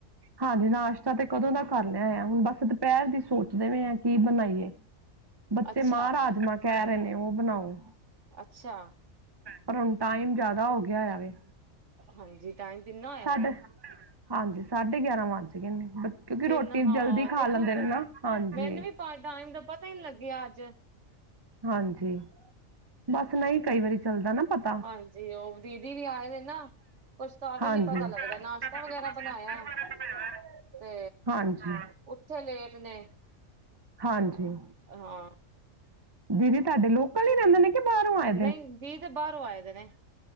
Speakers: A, on the right; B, on the right.
A: ਹਾਂਜੀ ਨਾਸ਼ਤਾ ਤੇ ਕਦੋਂ ਦਾ ਕਰ ਲਿਆ ਆ ਹੁਣ ਬਸ ਦੁਪਹਿਰ ਦੀ ਸੋਚ ਦੇ ਵੇ ਆ ਕੀ ਬਣਾਈਏ। ਬੱਚੇ
B: ਅੱਛਾ-ਅੱਛਾ
A: ਮਾਂ ਰਾਜਮਾਂ ਕਹਿ ਰਹੇ ਨੇ ਉਹ ਬਣਾਓ।
B: ਅੱਛਾ।
A: ਪਰ ਹੁਣ ਟਾਈਮ ਜਿਆਦਾ ਹੋ ਗਿਆ ਹੋਇਆ ਵੇ।
B: ਹਾਂਜੀ ਟਾਈਮ ਕਿੰਨਾ ਹੋਇਆ
A: ਸਾਡੇ
B: ਹਲੇ
A: ਹਾਂਜੀ ਸਾਢੇ ਗਿਆਰਾਂ ਵੱਜ ਗਏ ਨੇ ਬ ਕਿਉਂਕਿ ਰੋਟੀ
B: ਇੰਨਾ ਹਾਂ
A: ਜਲਦੀ ਖਾ
B: ਦੇਖੋ
A: ਲਦੇ ਨੇ ਨਾ ਹਾਂਜੀ
B: ਮੈਨੂੰ ਵੀ ਪਾ ਟਾਈਮ ਦਾ ਪਤਾ ਹੀ ਨਹੀਂ ਲੱਗਿਆ ਅੱਜ
A: ਹਾਂਜੀ ਬਸ ਨਹੀਂ ਕਈ ਵਾਰੀ ਚੱਲਦਾ ਨਾ ਪਤ ਤਾ
B: ਹਾਂਜੀ ਉਹ ਦੀਦੀ ਵੀ ਆਏ ਦੇ ਨਾ ਕੁਛ ਤਾਂ ਵੀ
A: ਹਾਂਜੀ
B: ਨੀ ਪਤਾ
A: <unintelligible>
B: ਲੱਗਦਾ ਨਾਸ਼ਤਾ ਵਗੈਰਾ ਬਣਾਇਆ ਤੇ
A: ਹਾਂਜੀ
B: ਉੱਠੇ ਲੇਟ ਨੇ
A: ਹਾਂਜੀ
B: ਹਾਂ
A: ਦੀਦੀ ਤੁਹਾਡੇ ਲੋਕਲ ਹੀ ਰਹਿੰਦੇ ਨੇ ਕਿ ਬਾਹਰੋਂ ਆਏ
B: ਨਹੀਂ ਦੀ ਤੇ ਬਾਹਰੋਂ ਆਏ ਦੇ ਨੇ